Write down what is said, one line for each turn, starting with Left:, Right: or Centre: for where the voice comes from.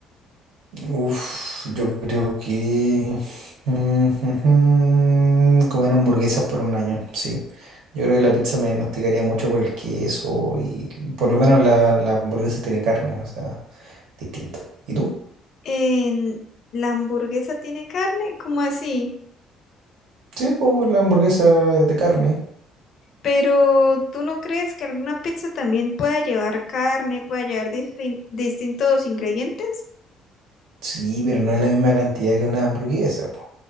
Right: Uf, yo creo que mm, <laughs> comer hamburguesas por un año, sí. Yo creo que la pizza me masticaría mucho por el queso y por lo menos la, la hamburguesa tiene carne, o sea, distinto. ¿Y tú?
Left: En- ¿la hamburguesa tiene carne? ¿Cómo así?
Right: Sí, pues la hamburguesa es de carne.
Left: Pero ¿tú no crees que alguna pizza también pueda llevar carne, pueda llevar difin- distintos ingredientes?
Right: Sí, pero no es la misma cantidad que una hamburguesa, po.